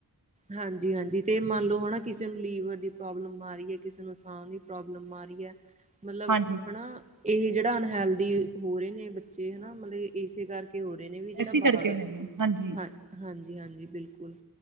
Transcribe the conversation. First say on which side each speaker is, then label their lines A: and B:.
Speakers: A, on the right (about 20°); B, on the right (about 55°).
A: ਹਾਂਜੀ ਹਾਂਜੀ ਤੇ ਮੰਨ ਲਓ ਹ ਨਾ ਕਿਸੇ ਨੂੰ ਲੀਵਰ ਦੀ ਪ੍ਰੋਬਲਮ ਆ ਰਹੀ ਹੈ ਕਿਸੇ ਨੂੰ ਸਾਂਹ ਦੀ ਪ੍ਰੋਬਲਮ ਆ ਰਹੀ ਹੈ ਮਤਲਬ
B: ਹਾਂਜੀ
A: ਹਨਾ ਇਹ ਜਿਹੜਾ ਅਨਹੈਲਦੀ ਹੋ ਰਹੇ ਨੇ ਬੱਚੇ ਹਨਾ ਮਤਲਬ ਇਸੇ ਕਰਕੇ ਹੋ ਰਹੇ ਨੇ ਵੀ ਜਿਹੜਾ
B: ਇਸੀ ਕਰਕੇ
A: ਬਾਹਰ
B: ਹੈਗੇ ਹਾਂਜੀ
A: ਹਾਂ ਹਾਂਜੀ- ਹਾਂਜੀ ਬਿਲਕੁਲ